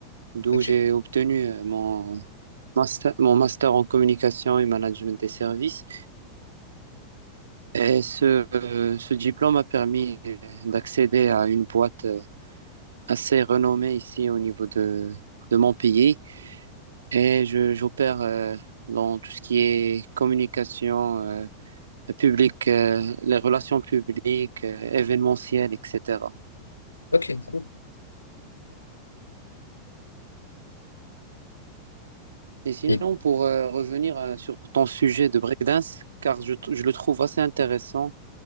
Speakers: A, on the right; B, on the left.
A: d'où
B: Ok,
A: j'ai obtenu euh, mon master, mon master en communication et management des services. Et ce, euh, ce diplôme m'a permis euh, d'accéder à une boîte. euh, assez renommé ici au niveau de, de mon pays et je, j'opère euh, dans tout ce qui est communication euh, publique, euh, les relations publiques, euh, événementielles, etc.
B: ok, cool.
A: Et sinon,
B: Et,
A: pour euh, revenir euh, sur ton sujet de breakdance, car je, je le trouve assez intéressant,